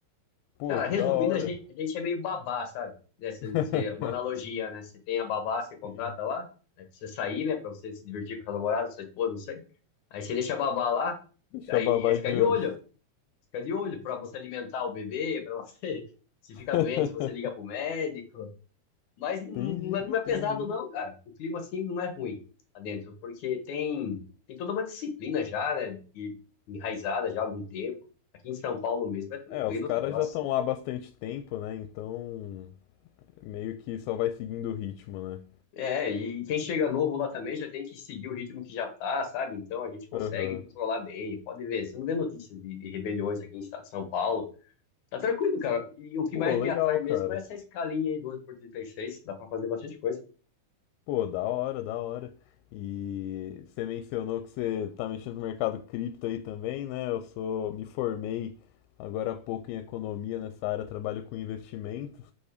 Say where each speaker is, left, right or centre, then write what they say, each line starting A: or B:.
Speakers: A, on the left; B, on the left.
A: Pô,
B: cara,
A: que
B: resumindo,
A: da hora.
B: a gente, a gente é meio babá, sabe? Né? Você,
A: <laughs>
B: você- uma analogia, né? Você tem a babá, você contrata
A: Sim.
B: lá, né? Pra você sair, né? Pra você se divertir com a sua namorada, com a sua esposa, não sei. Aí você deixa a babá lá,
A: Deixa
B: aí
A: a babá
B: é ficar
A: de
B: de
A: olho.
B: olho, ó. Fica de olho para você alimentar o bebê, para você, <laughs> se ficar
A: <laughs>
B: doente, você liga pro médico. Mas não
A: Entendi, entendi.
B: é, não é pesado não, cara. O clima assim não é ruim lá dentro, porque tem tem toda uma disciplina já, né, e- enraizada já há algum tempo. Aqui em São Paulo mesmo é tranquilo,
A: É, os caras
B: cara. Nossa.
A: já estão lá há bastante tempo, né? Então, meio que só vai seguindo o ritmo, né?
B: É, e quem chega novo lá também já tem que seguir o ritmo que já tá, sabe? Então a gente consegue
A: Aham.
B: controlar bem. Pode ver, você não vê notícias de, de rebeliões aqui em estado de São Paulo. Tá tranquilo, cara. E o que
A: Pô,
B: mais
A: legal,
B: me atrai mesmo
A: cara.
B: é essa escalinha aí, doze por trinta e seis Dá pra fazer bastante coisa.
A: Pô, da hora, da hora. E você mencionou que você tá mexendo no mercado cripto aí também, né? Eu sou, me formei agora há pouco em economia nessa área, trabalho com investimentos.